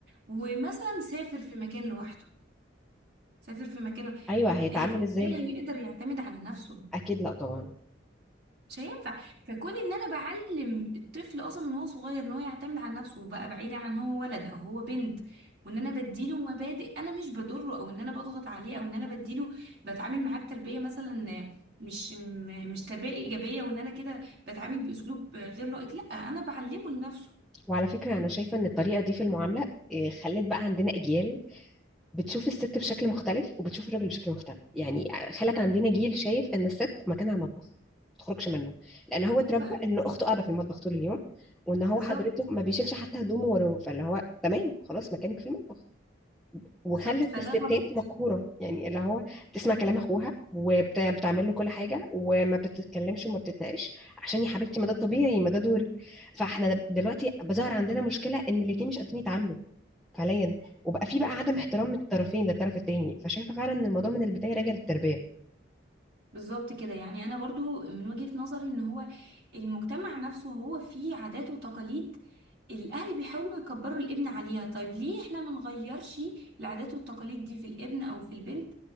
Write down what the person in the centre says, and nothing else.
ايوه هيتعامل
ازاي
اكيد لا طبعا
وعلى فكره انا شايفه ان الطريقه دي في المعامله إيه، خلت بقى عندنا اجيال بتشوف الست بشكل مختلف وبتشوف الراجل بشكل مختلف يعني خلت عندنا جيل شايف ان الست مكانها المطبخ ما تخرجش منه لان هو اتربى
ان اخته قاعده في المطبخ طول اليوم وان هو
حضرته ما بيشيلش حتى هدومه وراه فاللي هو تمام خلاص مكانك في المطبخ وخلت
الستات
مقهورة يعني اللي هو تسمع كلام اخوها وبتعمل له كل حاجة وما بتتكلمش وما بتتناقش عشان يا حبيبتي ما ده الطبيعي ما ده دوري فاحنا دلوقتي بظهر عندنا مشكلة ان الاتنين مش قادرين يتعاملوا فعليا وبقى في بقى عدم احترام من الطرفين للطرف التاني فشايفة فعلا ان الموضوع من البداية راجع للتربية